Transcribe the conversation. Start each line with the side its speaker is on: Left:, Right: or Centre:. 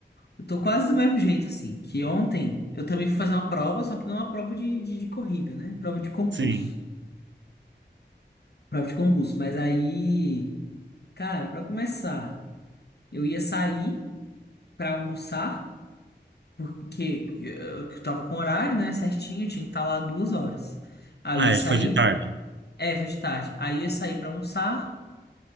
Left: Eu tô quase do mesmo jeito, assim. Que ontem eu também fui fazer uma prova, só que não é uma prova de, de, de corrida, né? Prova de concurso.
Right: Sim.
Left: Prova de concurso. Mas aí, cara, pra começar, eu ia sair pra almoçar, porque eu eu tava com horário, né? Certinho, tinha que estar lá duas horas. Aí
Right: Ah,
Left: eu ia sair,
Right: é, foi de tarde.
Left: é, foi de tarde. Aí eu ia sair pra almoçar